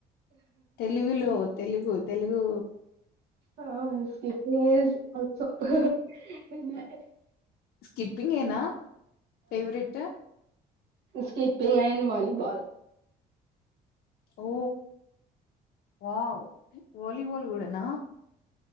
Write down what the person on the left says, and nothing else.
తెలుగులో తెలుగు తెలుగు
స్కిప్పింగ్ ఏనా favourite
oh wow volleyball కూడానా